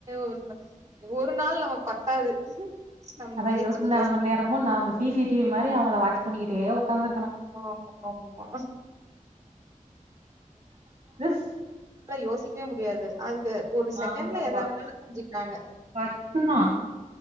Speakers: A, on the right; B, on the right.
A: ஒரு நாள் ஒரு நாள் நமக்கு பத்தாது நம்
B: அதா
A: மேய்ச்சிட்டு
B: இருபத்தி நாலு
A: ரெஸ்ட்
B: மணி
A: எடு
B: நேரமு நாம சிசிடிவி மாரி அவங்கல வாட்ச் பண்ணிக்கிட்டே உக்காந்து இருக்கணு
A: ஆ ஆமா
B: மிஸ்
A: யோசிக்கவே முடியாது அதுக்கு ஒரு செகண்ட்ல
B: ஆமாப்பா
A: எதாவது செஞ்சுக்காங்க
B: கஷ்டந்தா